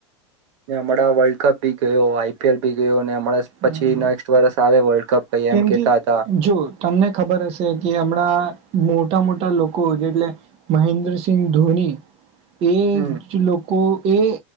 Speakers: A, on the right; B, on the right.
A: હમણાં વર્લ્ડ કપ ભી ગયો આઈપીએલ ભી ગયો ને એમ પછી
B: હમ
A: નેક્સ્ટ વર્ષ આવે વર્લ્ડ કપ કઈ
B: કેમ
A: એમ કેતા
B: કે
A: હતા.
B: જો તમને ખબર હશે કે હમણાં મોટા મોટા લોકો જેટલે મહેન્દ્રસિંહ ધોની. એ
A: હમ
B: જ લોકો કો એ